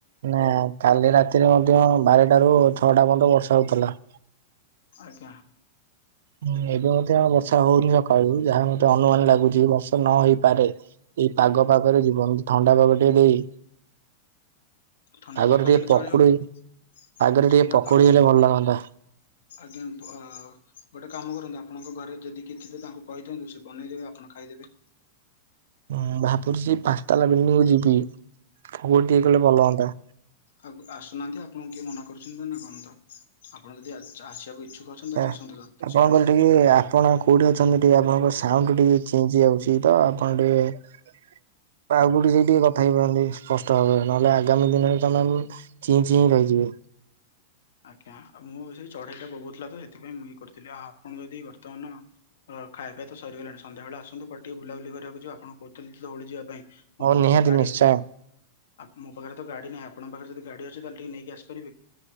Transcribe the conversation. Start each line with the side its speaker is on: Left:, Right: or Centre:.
Right: ନା କାଲି ରାତିରେ ମଧ୍ୟ ବାରଟ ରୁ ଛଅଟା ପର୍ଯ୍ୟନ୍ତ ବର୍ଷା ହଉଥିଲା।
Left: ଆଜ୍ଞା।
Right: ହୁଁ ଏବେ ମଧ୍ୟ ଆ ବର୍ଷା ହଉନି ସକାଳୁ ଯାହା ମୋତେ ଅନୁମାନ ଲାଗୁଛି ବର୍ଷ ନ ହେଇପାରେ। ଏଇ ପାଗ ପାଗରେ ଯିବ ଥଣ୍ଡା ପାଗ ଟିକେ ଦେଇ
Left: ଥଣ୍ଡା
Right: ପାଗରେ
Left: ପାଗ
Right: ଟିକେ
Left: ଦେଲେ
Right: ପକୁଡି
Left: ଚଳିବ କିନ୍ତ
Right: ପାଗରେ ଟିକେ
Left: ଥଣ୍ଡା
Right: ପକୁଡି
Left: ପା
Right: ହେଲେ ଭଲ ଲାଗନ୍ତା।
Left: ଆଜ୍ଞା ଅ ଗୋଟେ କାମ କରନ୍ତୁ ଆପଣଙ୍କ ଘରେ ଯଦି କିଏ ଥିବେ ତାଙ୍କୁ କହିଦିଅନ୍ତୁ ସେ ବନେଇଦେବେ ଆପଣ ଖାଇଦେବେ
Right: ହୁଁ ଭାବୁଛି ପାଞ୍ଚଟାଲା ବିଲିଡିଙ୍ଗ କୁ ଯିବି ଭୋଗ ଟିକେ କଲେ ଭଲ ହୁଅନ୍ତା।
Left: ଆଉ ଆସୁନାହାନ୍ତି ଆପଣଙ୍କୁ କିଏ ମନା କରୁଛନ୍ତି ନା ନା କଣ ତ ଆପଣ ଯଦି ଆସିବାକୁ ଇଚ୍ଛୁକ ଅଛନ୍ତି
Right: ଛେ
Left: ତାହେଲେ
Right: ଆପଣଙ୍କ
Left: ଆସନ୍ତୁ ଯଥା ଶୀଘ୍ର।
Right: ଘ ଠିକ୍ ଟିକେ ଆପଣ କୋଉଠି ଅଛନ୍ତି ଟିକେ ଆପଣଙ୍କ ସାଉଣ୍ଡୁ ଟିକେ ଚି ଚି ଆଉଛି ତ ଆପଣ ଟିକେ ଆଉ କୁଠି କୁ ଯାଇ ଟିକେ କଥା ହେଇପାରନ୍ତି ସ୍ପଷ୍ଟ ଭାବରେ ନହେଲେ ଆଗାମୀ ଦିନରେ ତମେ ଚି ଚି ରହିଯିବେ।
Left: ଆଜ୍ଞା ମୁଁ ସେ ଚଢେଇଟା ବୋବଉଥିଲା ତ ସେଥିପାଇଁ ମୁଁ ଇଏ କରିଥିଲି ଆଉ ଆପଣ ଯଦି ବର୍ତ୍ତମାନ ଅଁ ଖାଇବା ପିଇବା ତ ସରିଗଲାଣି। ସନ୍ଧ୍ୟାବେଳେ ଆସନ୍ତୁ କୁଆଡ଼େ ଟିକେ ବୁଲାବୁଲି କରିବାକୁଯିବା। ଆପଣ କହୁଥିଲେ ତ ଧଉଳି ଯିବା ପାଇଁ ମୋ
Right: ହଉ
Left: ପାଖରେ
Right: ନିହାତି
Left: ତ ଗାଡି
Right: ନିଶ୍ଚୟ
Left: ନାହିଁ ଆପ୍ ମୋ ପାଖରେ ତ ଗାଡି ନାହିଁ ଆପଣଙ୍କ ପାଖରେ ଯଦି ଗାଡି ଅଛି ତାହେଲେ ଟିକେ ନେଇକି ଆସିପାରିବେ କି?